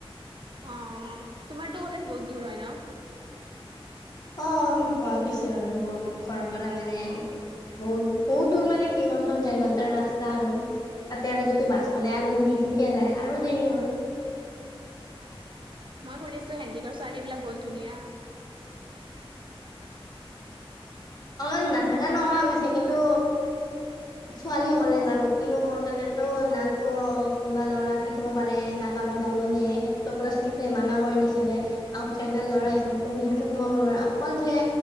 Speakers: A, on the right; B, on the left.
A: অঁ তোমাৰটো কলেজ বহুত দূৰ হয় ন?
B: অঁ হয় পিছে বাৰু মোৰ ঘৰৰ পৰা মানে বহুত বহুত দূৰ মানে কি কম চে কম দেৰ ঘণ্টাৰ ৰাস্তা আৰু, তাতে আৰু যদি বাছ খনে আৰু লেজিকে যায় আৰু দেৰি হয়।
A: অ মই শুনিছোঁ হেন্ডিকৰ ছোৱালী বিলাক বহুত ধুনীয়া।
B: অলপ নাথাকা নহয় অৱশ্যে কিন্তু ছোৱালীৰ কলেজ আৰু কিনো কম তাতে ত না ত কোনোবা ল'ৰা থাকিব পাৰে না আমাক যাব দিয়ে সেইটোটো পুৰা ষ্ট্ৰিক মানা কৰি দিছে যে, আউটচাইডৰ ল'ৰা হিচাপত কোনো সেনেকে সোমাব নোৱাৰা। অকল যে